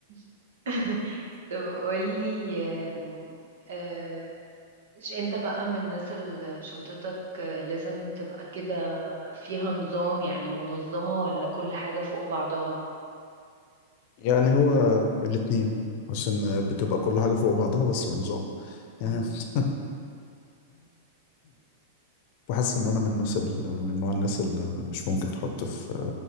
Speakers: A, on the right (about 60°); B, on the left (about 45°).
A: <laughs> طب قولي آم، آه، مش انت بقى من الناس اللي شنطتك لازم تبقى كده فيها نظام يعني منظمة ولا كل حاجة فوق بعضها
B: يعني هو الاثنين بس ان بتبقى كل حاجه فوق بعضها بس بنظام
A: مم.
B: يعني <laughs> وحاسس ان انا من الناس ال- من نوع الناس اللي مش ممكن تحط في